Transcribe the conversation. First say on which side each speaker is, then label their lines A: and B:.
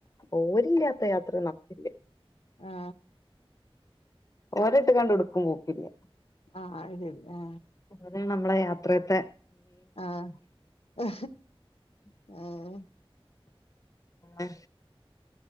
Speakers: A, on the left (about 35°); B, on the left (about 80°).
A: ഓരില്ലാത്ത യാത്ര നമുക്കില്ല
B: ആ
A: ഓരട്ട് കാണ്ട് എവ്ട്ക്കും പോക്കില്ല
B: ആ അത് ശരി ആ
A: അത് നമ്മളെ യാത്രയത്തെ
B: ആ ആ ആ
A: ആ